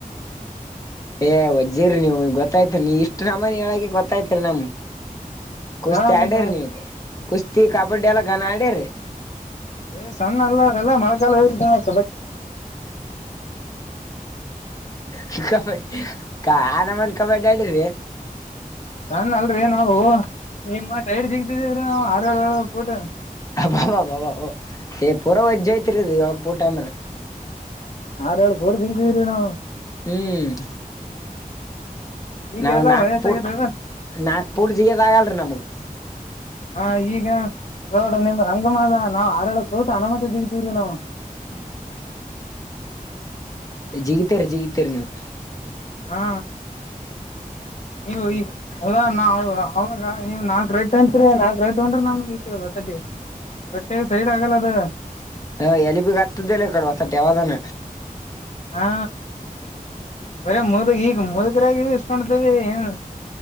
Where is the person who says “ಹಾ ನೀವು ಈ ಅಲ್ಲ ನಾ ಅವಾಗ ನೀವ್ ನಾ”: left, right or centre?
Left